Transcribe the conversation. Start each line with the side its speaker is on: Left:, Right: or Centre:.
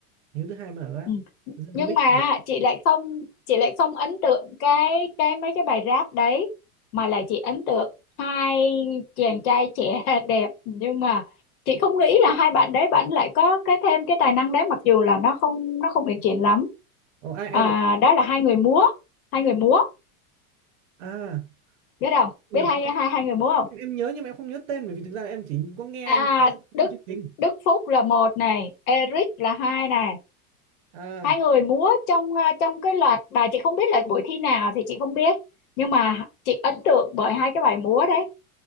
Right: hiếu thứ hai mà là rap
Left: Ừ.
Right: Genomics
Left: nhưng mà chị lại không chị lại không ấn tượng cái cái mấy cái bài rap đấy mà lại chị ấn tượng hai chàng trai trẻ <laughs> đẹp nhưng mà chị không nghĩ là hai bạn đấy bạn lại có cái thêm cái tài năng đấy mặc dù là nó không nó không uyển chuyển lắm
Right: Ồ, ai ai
Left: à,
Right: vậy
Left: đó là hai người múa hai người múa
Right: à
Left: biết không
Right: Quỳnh
Left: biết
Right: Lập
Left: hai
Right: Quốc.
Left: hai hai người múa không
Right: em, em nhớ nhưng mà em không nhớ tên bởi vì thực ra em chỉ có nghe
Left: à
Right: anh ta
Left: Đức
Right: xem chương trình
Left: Đức Phúc là một này Eric là hai này
Right: à
Left: hai người múa trong ờ, trong cái loạt bài chị không biết là buổi thi nào thì chị không biết nhưng mà chị ấn tượng bởi hai cái bài múa đấy